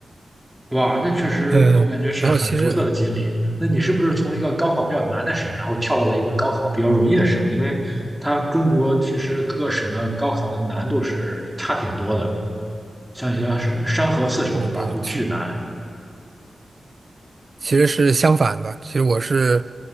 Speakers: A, in the centre; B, on the right.
A: <laughs> 哇，那确实我感觉是很独特的经历。
B: 呃，然后其实
A: 那你是不是从一个高考比较难的省，然后跳到了一个高考比较容易的省？因为它中国其实各个省的高考的难度是差挺多的，像有些是山河四省，
B: 不不，
A: 对吧？就巨难。
B: 其其实是相反的。其实我是，